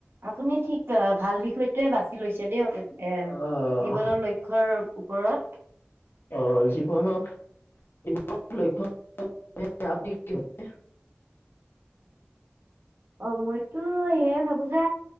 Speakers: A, on the right; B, on the left.
A: আপুনি ঠিক ভাল বিষয়টোৱে বাছি লৈছে। দিয়ক
B: আহ
A: এ জীৱনৰ লক্ষ্যৰ ওপৰত।
B: অ <unintelligible>
A: <inaudible> অ' মইতো এয়ে ভাবো যে